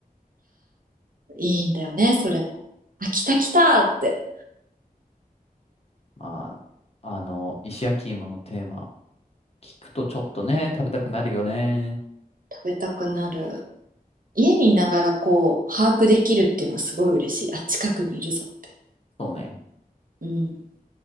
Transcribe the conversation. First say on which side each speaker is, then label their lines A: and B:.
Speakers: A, on the right; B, on the left.
A: いいんだよね、それも。あ、来た来たって
B: まあ、あの、石焼き芋のテーマ、聞くとちょっとね、食べたくなるよね。
A: 食べたくなる。家にいながらこう、把握できるっていうのはすごい嬉しい。あ、近くにいるぞって。
B: そうね。
A: うん。